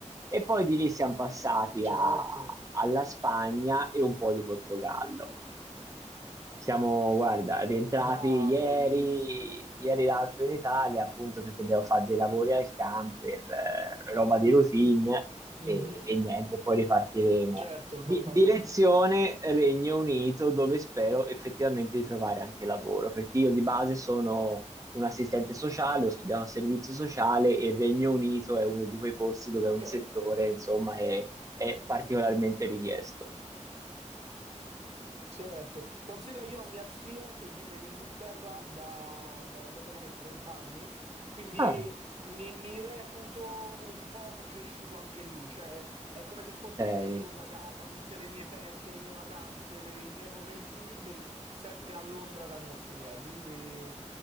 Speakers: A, on the right; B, on the right.
A: e poi di lì siamo passati
B: Certo.
A: a- alla Spagna e un po' di Portogallo. Siamo, guarda, rientrati
B: Bah,
A: ieri,
B: bellissimo.
A: ieri l'altro in Italia, appunto perché devo fare dei lavori al camper, eh, roba di routine e,
B: Mh-mh.
A: e niente, poi ripartiremo.
B: Certo,
A: Di-
B: normale.
A: direzione Regno Unito, dove spero effettivamente di trovare anche lavoro, perché io di base sono un assistente sociale, ho studiato servizio sociale e il Regno Unito è uno di quei posti dove
B: Okay.
A: è un settore, insomma, che è particolarmente richiesto.
B: Certo, considera io ho mia zia che vive in Inghilterra da, da una cosa come 30 anni, quindi
A: Ah,
B: mi, mi reputo un po' cresciuto anche lì, cioè è come se fosse
A: Eh,
B: la mia seconda casa, tutte le mie feste, le mie vacanze, le- i miei momenti liberi, sempre a Londra da mia zia, quindi,